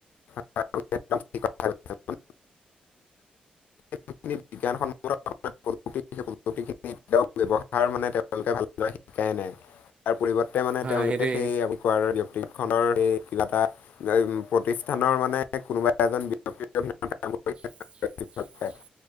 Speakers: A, on the left; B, on the right.
A: <unintelligible> <unintelligible> নৃত্য ব্যৱহাৰ মানে তেওঁলোকে ভালদৰে শিকাই নাই। পৰিৱৰ্তে মানে
B: হয়
A: তেওঁলোকে
B: হয় সেইটোৱেই
A: সেই কোৱাৰ ব্যক্তিৰ খনৰ সেই কিবা এটা উ প্ৰতিষ্ঠানৰ মানে কোনোবা এজন <unintelligible>
B: <inaudible>
A: ভাল পায়।